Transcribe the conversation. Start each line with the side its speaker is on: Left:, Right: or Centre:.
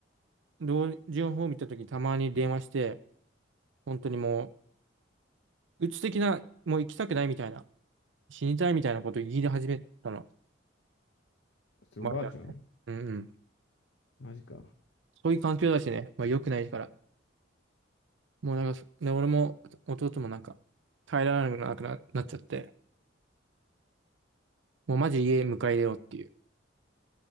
Right: 老人ホーム行った時たまに電話して、本当にもう、鬱的な、もう行きたくないみたいな、死にたいみたいなことを言い出始めたの。
Left: それおばあちゃん
Right: おばあちゃん。うんうん。
Left: マジか。
Right: そういう環境だしね、まあ良くないから。もうなんかで、俺も弟もなんか、耐えられなくな、なっちゃって、もうマジ家迎え入れようっていう。